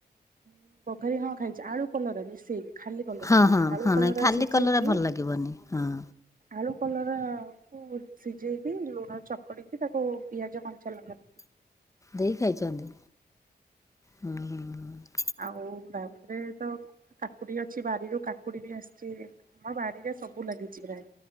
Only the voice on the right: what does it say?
ହୁଁ ବଘାରିକି ହଁ ଖାଇଛି ଆଳୁ କଲରା ମିଶେଇିକି। ଖାଲି କଲରା
ନୁହେଁ
ଆଳୁ
କଲରା
ସିଝେଇକି
ଆଳୁ କଲରା ସିଝେଇକି ଲୁଣ ଚକଡ଼ିକି ତାକୁ ପିଆଜ କଞ୍ଚା ଲଙ୍କା ପ
ଆଉ ବା ତ <unintelligible> ବାରିରୁ କାକୁଡି ବି ଆସିଛି। ଆମ ବାଡିରେ ସବୁ ଲାଗିଛି ପ୍ରାୟ